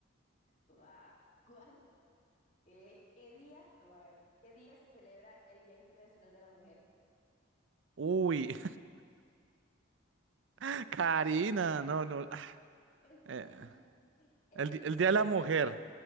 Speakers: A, on the left; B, on the right.
A: Va, ¿cuál? eh, ¿qué día? A ver, ¿qué día se celebra el Día Internacional de la Mujer?
B: Uy, <laughs> Karina, no, no. ah,
A: <laughs> Está
B: eh,
A: el
B: el, di- el
A: 7
B: Día de la Mujer.
A: de marzo.